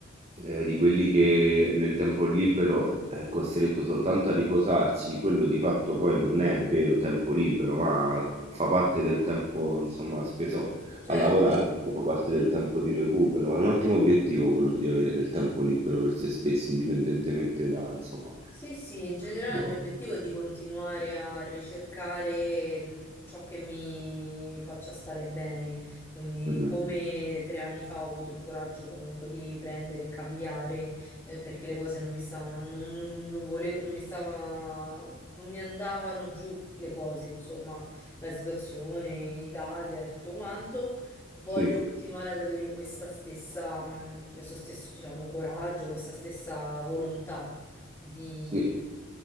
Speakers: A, on the right (about 30°); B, on the left (about 15°).
A: eh, di quelli che nel tempo libero è costretto soltanto a riposarsi, quello di fatto poi non è vero tempo libero, ma fa parte del tempo, insomma, speso a
B: Certo,
A: lavorare, fa parte del tempo di recupero. È un ottimo obiettivo quello di avere del tempo libero per se stessi, indipendentemente da, insomma,
B: Sì, sì, in generale
A: quello.
B: il mio obiettivo è di continuare a ricercare il- ciò che mi faccia stare bene, quindi
A: Mm, mm.
B: come tre anni fa ho avuto il coraggio comunque di prendere e cambiare eh, perché le cose non mi stavano, non, non- non volevo, non mi stava, non mi andavano giù le cose, insomma, la situazione in Italia e tutto quanto. Voglio
A: Sì,
B: continuare ad avere questa stessa, mh, questo stesso, diciamo, coraggio, questa stessa volontà di-
A: sì,